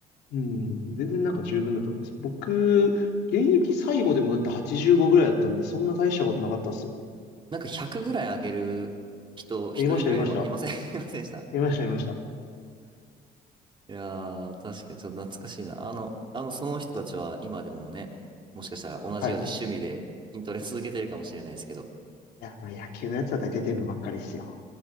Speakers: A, on the left (about 75°); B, on the right (about 30°).
A: うん、全然なんか十分だと思います。僕、現役最後でもだって85ぐらいだったんで、そんな大したことなかったっすよ。
B: なんか100ぐらい上げる人、一人ぐらいいま、
A: 言いました、言いました。
B: いません <laughs> いませんでした。
A: 言いました、言いました。
B: いやー、確かにちょっと懐かしいな。あの、あの、その人たちは今でもね、もしかしたら同じように趣味で筋トレ続けてるかもしれないですけど、
A: はい。いや、まあ野球のやつは大体デブばっかりっすよ。